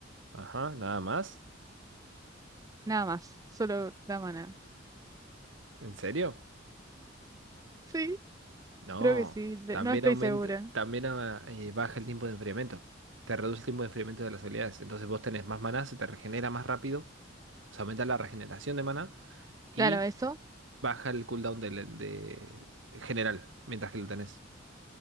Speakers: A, on the right; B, on the right.
A: Ajá, nada más.
B: nada más. Solo da maná.
A: ¿En serio?
B: Sí,
A: No.
B: creo que sí. de-
A: También
B: No estoy
A: aumenta,
B: segura.
A: también ah, eh, baja el tiempo de enfriamiento. Te reduce el tiempo de enfriamiento de las habilidades. Entonces vos tenés más maná, se te regenera más rápido. O sea, aumenta la regeneración de maná y
B: Claro, eso.
A: baja el cooldown del- de, de general mientras que lo tenés.